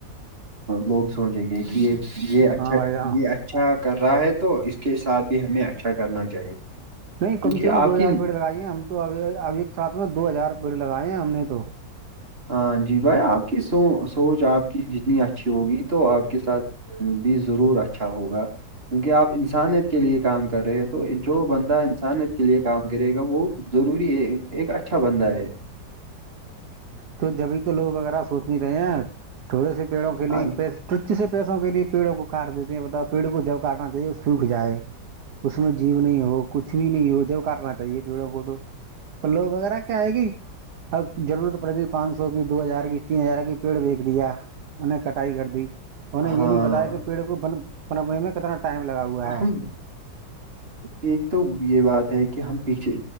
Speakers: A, on the right; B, on the right.
A: لوگ سوچیں گے کہ یہ یہ اچھا
B: ہاں بھائی جان
A: یہ ا اچھا کر رہا ہے تو اس کے ساتھ بھی ہمیں اچھا کرنا چاہیے
B: نہیں
A: کیونکہ
B: کم سے کم
A: آپ
B: دو ہزار
A: کی
B: پیڑ لگائی ہیں ہم تو ابھی ابھی ایک ساتھ میں دو ہزار پیڑ لگائے ہیں ہم نے تو
A: ہاں جی بھائی آپ کی سو سوچ آپ کی جتنی اچھی ہوگی تو آپ کے ساتھ بھی ضرور اچھا ہوگا کیونکہ آپ انسانیت کے لیے کام کر رہے ہیں تو جو بندہ انسانیت کے لیے کام کرے گا وہ ضروری ہے ایک اچھا بندہ ہے
B: تو جبھی تو لوگ وغیرہ سوچ نہیں رہے ہیں تھوڑے سے پیڑوں کے لیے
A: ہاں
B: پس تچ سے پیسوں کے لیے پیڑوں کو کاٹ دیتے ہیں بتا پیڑوں کو جب کاٹنا چاہیے وہ سوکھ جائے اس میں جیو نہیں ہو کچھ بھی نہیں ہو جب کرنا چاہیے پیڑوں کو تو پلو وغیرہ کیا آئے گی ا جضرورت پڑ گئی پانچ سو کی دو ہزار کی تین ہزار کی پیڑ بییکچ دیا انہیں کٹائی کر دی انہیں یہ
A: ہاں
B: نہیں بتایا کہ پیڑ کو بنپنے میں کتنا ٹائم لگا ہوا ہے
A: ہم ایک تو یہ بات ہے کہ ہم پیچھے